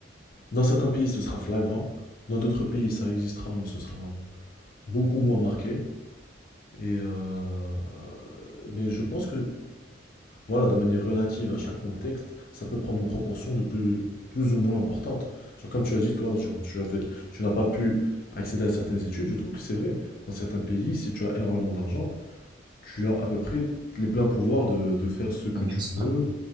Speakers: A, on the left; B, on the right.
A: dans certains pays, ce sera flagrant, dans d'autres pays, ça existera, mais ce sera beaucoup moins marqué. Et euh, mais je pense que, voilà, de manière relative à chaque contexte, ça peut prendre une proportion de plus, plus ou moins importante. Genre, comme tu as dit, toi, genre, tu avais, tu n'as pas pu accéder à certaines études. Je trouve que c'est vrai. Dans certains pays, si tu as énormément d'argent, tu as à peu près les pleins pouvoirs de, de faire ce que
B: Oui,
A: tu
B: Bien sûr.
A: veux.